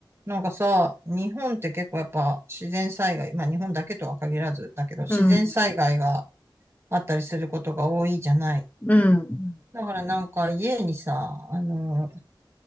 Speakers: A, on the right (about 30°); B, on the left (about 20°).
A: なんかさ、日本って結構やっぱ自然災害、まあ日本だけとは限らずだけど、自然災害が
B: うん、
A: あったりすることが多いじゃない。
B: うん、
A: だからなんか家にさ、あの、